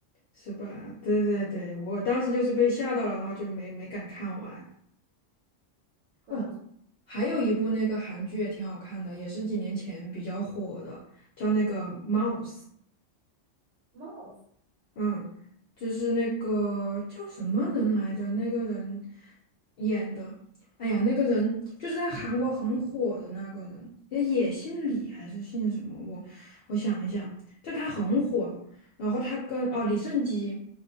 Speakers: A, on the left; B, on the right.
A: 是吧？对对对，我当时就是被吓到了，然后就没没敢看完。
B: 算了，
A: 哦，还有一部那个韩剧也挺好看的，也是几年前比较火的，叫那个《Mouse》。
B: 帽子。
A: 嗯，就是那个叫什么人来着？那个人演的，哎呀，那个人就是在韩国很火的那个人，也也姓李还是姓什么？我我想一想，就他很火，然后他跟哦李胜基，